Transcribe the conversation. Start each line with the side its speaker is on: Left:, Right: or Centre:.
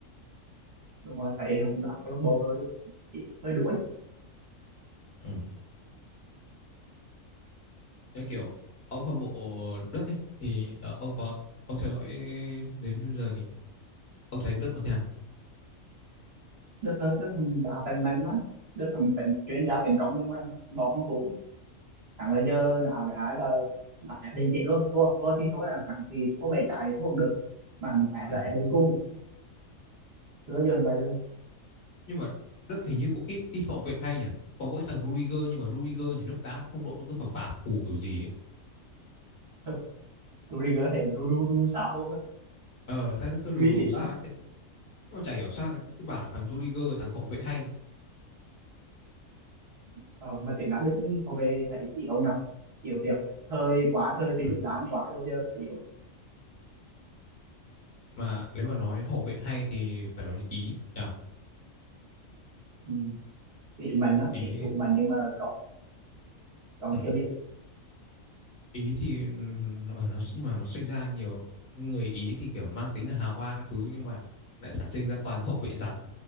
Right: đúng rồi thấy thằng đá câu lạc bộ hơi hơi đuối
Left: Ừ. Cái kiểu ông hâm mộ Đức ấy thì ờ, ông có ông theo dõi đến bây giờ thì ông thấy Đức nó thế nào?
Right: Đức Đức thằng đá bên mình mà Đức thằng tỉnh chuyên gia tấn công nhưng mà bỏ phòng thủ thằng là giờ đá với ai là đá ép đến chết luôn thua thua thì thôi là thằng thì thua mày chạy thua cũng được mà thằng ép
Left: Ừ.
Right: là ép đến cùng xưa giờ vậy luôn
Left: nhưng mà Đức hình như cũng ít ít hậu vệ hay nhỉ có mỗi thằng Rudiger nhưng mà Rudiger thì lúc đá phong độ nó cứ phập phà phù kiểu gì ấy
Right: <laughs> Rudiger thấy ru ru ru sao không á
Left: ờ thế nó cứ lù
Right: nguy
Left: đù
Right: tín
Left: sao
Right: lắm
Left: ấy. thế mà chả hiểu sao cứ bảo là thằng Rudiger thằng hậu vệ hay
Right: ờ, mà tiếng Đức thôi về thấy yếu nhờ yếu thiệt thời quá thời Philip
Left: ừ.
Right: Lahm quá rồi giờ hơi yếu
Left: mà nếu mà nói đến hậu vệ hay thì phải nói đến Ý nhỉ
Right: ừ. ý mình đó
Left: Ý
Right: ý thủ mình nhưng mà còn còn
Left: ừ.
Right: chưa biết
Left: Ý thì ừ, nó, ờ, nó nhưng mà nó sinh ra nhiều người Ý thì kiểu mang tính là hào hoa các thứ nhưng mà lại sản sinh ra toàn những hậu vệ rắn